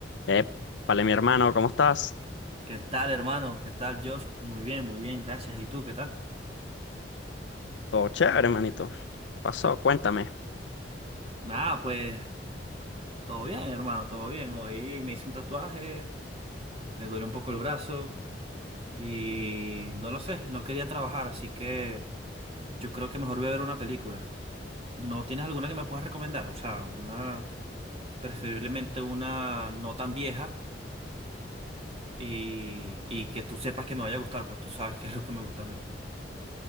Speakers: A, on the left; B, on the right.
A: Eh, vale, mi hermano, ¿cómo estás?
B: ¿Qué tal, hermano? ¿Qué tal, Josh? Muy bien, muy bien, gracias. ¿Y tú, qué tal?
A: Todo chévere, hermanito. Pasó, cuéntame.
B: Nada, pues todo bien, hermano, todo bien. Hoy me hice un tatuaje, me duele un poco el brazo y no lo sé, no quería trabajar, así que yo creo que mejor voy a ver una película. ¿No tienes alguna que me puedas recomendar? O sea, una, preferiblemente una no tan vieja y, y que tú sepas que me vaya a gustar, pues tú sabes <laughs> qué es lo que me gusta a mí.